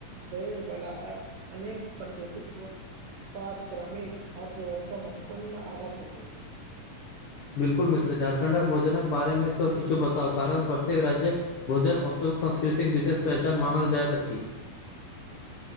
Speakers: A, on the right; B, on the left.
A: वेड वला अनेक प्रकृतिक ओ पाद ग्रामीण अर्थव्यवस्था महत्वपूर्ण आधा छथि
B: बिल्कुल मित्र झारखण्डक भोजनक बारेमे सभ किछु बताउ कारण प्रत्येक राज्यक भोजन ओत्यु संस्कृतिक विशेष पहचान मानल जाइत अछि